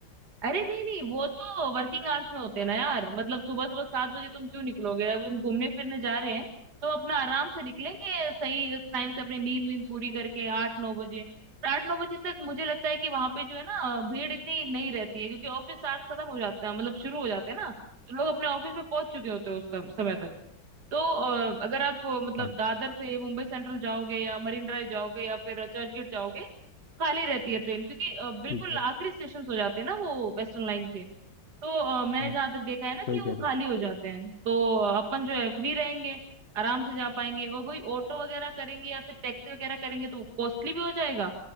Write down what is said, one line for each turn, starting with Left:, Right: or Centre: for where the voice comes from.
Right: अरे नहीं नहीं वो तो वर्किंग आवर्स में होते हैं ना यार मतलब सुबह सुबह सात बजे तुम क्यों निकलोगे अब हम घूमने फिरने जा रहे हैं तो अपना आराम से निकलेंगे सही टाइम से अपनी नींद वींद पूरी करके आठ नौ बजे और आठ नौ बजे तक मुझे लगता है कि वहां पे जो है ना भीड़ इतनी नहीं रहती है क्योंकि ऑफिस आवर्स खत्म हो जाते हैं मतलब शुरू हो जाते हैं ना तो लोग अपने ऑफिस में पहुंच चुके होते हैं उस सम- समय तक तो अ, अगर आप अ, मतलब
Left: और
Right: दादर से मुंबई सेंट्रल जाओगे या मरीन ड्राइव जाओगे या फिर चर्चगेट जाओगे खाली रहती है ट्रेन क्योंकि अ, बिल्कुल
Left: ठीक है
Right: आखिरी स्टेशन हो जाते हैं ना वो वेस्टर्न लाइन के तो अ, मैंने
Left: हाँ,
Right: जहां तक देखा है ना
Left: सही
Right: कि
Left: कह
Right: वो
Left: रहे
Right: खाली
Left: हो।
Right: हो जाते हैं तो अ, अपन जो है फ्री रहेंगे आराम से जा पाएंगे और वही ऑटो वगैरह करेंगे या फिर टैक्सी वगैरह करेंगे तो कॉस्टली भी हो जाएगा